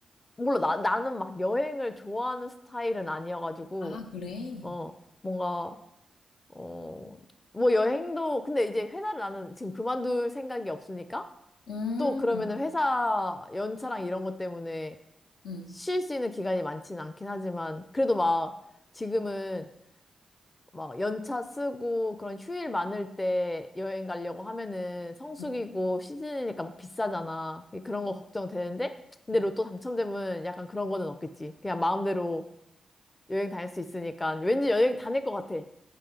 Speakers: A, on the left; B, on the left.
A: 몰라 나 나는 막 여행을 좋아하는 스타일은 아니어가지고
B: 아, 그래?
A: 어 뭔가 어 뭐 여행도 근데 이제 회사를 나는 지금 그만둘 생각이 없으니까
B: 음,
A: 또 그러면은 회사 연차랑 이런 것 때문에
B: 음,
A: 쉴 수 있는 기간이 많지는 않긴 하지만 그래도 막 지금은 막 연차 쓰고 그런 휴일 많을 때 여행 가려고 하면은 성수기고
B: 어,
A: 시즌이니까 막 비싸잖아. 그런 거 걱정되는데 근데
B: 어.
A: 로또 당첨되면 약간 그런 거는 없겠지. 그냥 마음대로 여행 다닐 수 있으니까 왠지 여행 다닐 것 같아.